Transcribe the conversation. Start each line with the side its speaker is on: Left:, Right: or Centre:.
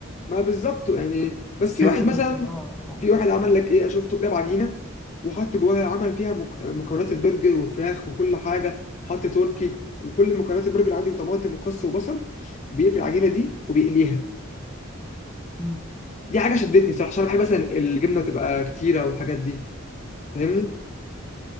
Left: ما بالظبط يعني بس
Centre: حسيت
Left: في واحد
Centre: ان
Left: مثلا
Centre: الموضوع صعب
Left: في واحد عمل لك ايه انا شفته جاب عجينه وحط جواها عمل فيها مك... مكونات البرجر وفراخ وكل حاجه وحط تركي وكل مكونات البرجر عادي وطماطم وخس وبصل بيقفل العجينه دي وبيقليها
Centre: مم.
Left: دي حاجه شدتني صراحه عشان انا بحب مثلا الجبنه تبقى كتيره والحاجات دي فاهمني؟